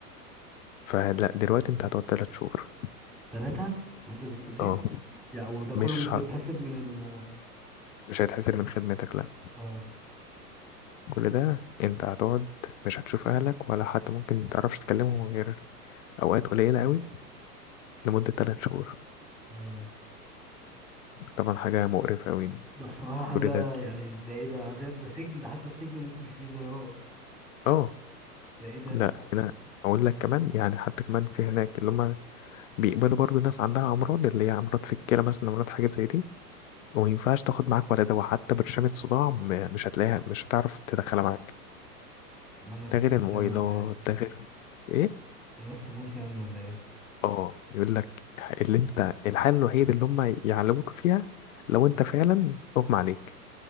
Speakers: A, on the left (about 55°); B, in the centre.
A: فلا دلوقتي انت هتقعد تلات شهور
B: ثلاثة في مركز التدريب؟
A: اه
B: يعني وده كله
A: مش
B: مش بيتحسب
A: ه...
B: من ال
A: مش هيتحسن من خدمتك لا
B: اه
A: كل ده انت هتقعد مش هتشوف اهلك ولا حتى ممكن متعرفش تكلمهم غير اوقات قليلة قوي لمدة تلات شهور
B: مم.
A: طبعا حاجة مقرفة قوي
B: ده بصراحة حاجة
A: كل ده ز...
B: يعني ده ايه ده عذاب ده سجن ده حتى السجن ممكن فيه زيارات
A: اه
B: ده ايه ده
A: لا هنا اقول لك كمان يعني حتى كمان في هناك اللي هم بيقبلوا برضو ناس عندها امراض اللي هي امراض في الكلى مثلا امراض حاجات زي دي وما ينفعش تاخد معاك ولا دواء حتى برشامة صداع م- مش هتلاقيها مش هتعرف تدخلها معاك
B: امال الناس
A: ده غير
B: تموت
A: الموبايلات
B: يعني ولا ايه
A: ده غير ايه
B: الناس تموت يعني ولا ايه
A: اه يقول لك اللي انت الحل الوحيد اللي هم يعلموك فيها لو انت فعلا اغمى عليك